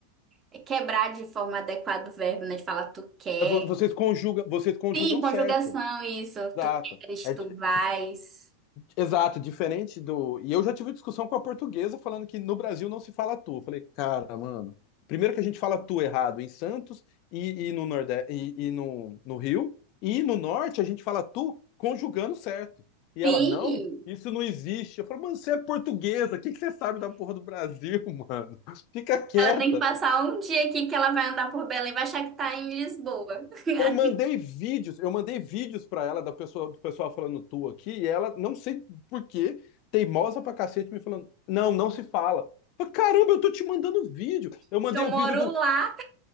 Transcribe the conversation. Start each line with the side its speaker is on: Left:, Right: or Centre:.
Right: é quebrar de forma adequada o verbo, né? De falar tu quer.
Left: É, Vo- Vocês conjugam, vocês conjugam
Right: Sim, conjugação,
Left: certo.
Right: isso.
Left: Exato.
Right: Tu queres,
Left: É,
Right: tu
Left: di-
Right: vais.
Left: Exato, diferente do. E eu já tive discussão com a portuguesa falando que no Brasil não se fala tu. Eu falei, cara, mano. Primeiro que a gente fala tu errado em Santos e, e no Nordeste e, e no, no Rio, e no Norte a gente fala tu conjugando certo. E
Right: Sim.
Left: ela, não, isso não existe. Eu falo, mano, você é portuguesa, o que que você sabe da porra do Brasil, <laughs> mano? Fica quieta.
Right: Ela tem que passar um dia aqui que ela vai andar por Belém, vai achar que tá em Lisboa. <laughs>
Left: Eu mandei vídeos, eu mandei vídeos para ela da pessoa, do pessoal falando tu aqui, e ela, não sei por quê, teimosa pra cacete, me falando, não, não se fala. Eu falei, Caramba, eu tô te mandando vídeo. Eu
Right: Se
Left: mandei
Right: eu
Left: o
Right: moro
Left: vídeo do
Right: lá,